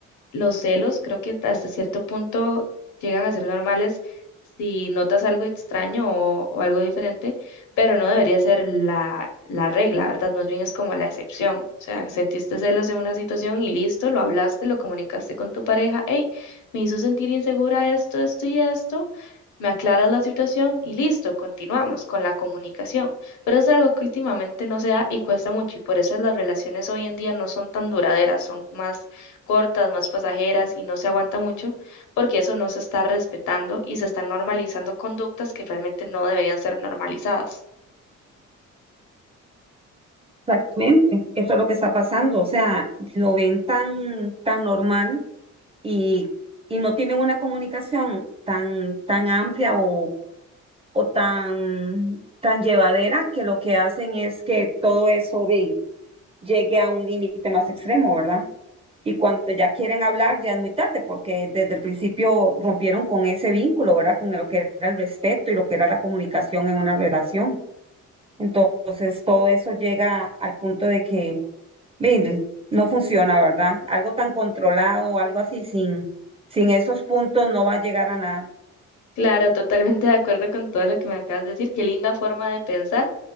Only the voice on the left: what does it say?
los celos creo que hasta cierto punto llegan a ser normales si notas algo extraño o, o algo diferente, pero no debería ser la, la regla, ¿verdad? Más bien es como la excepción. O sea, sentiste celos en una situación y listo, lo hablaste, lo comunicaste con tu pareja, hey, me hizo sentir insegura esto, esto y esto, me aclaras la situación y listo, continuamos con la comunicación. Pero es algo que últimamente no se da y cuesta mucho y por eso las relaciones hoy en día no son tan duraderas, son más cortas, más pasajeras y no se aguanta mucho, porque eso no se está respetando y se están normalizando conductas que realmente no deberían ser normalizadas.
Claro, totalmente de acuerdo con todo lo que me acabas de decir. Qué linda forma de pensar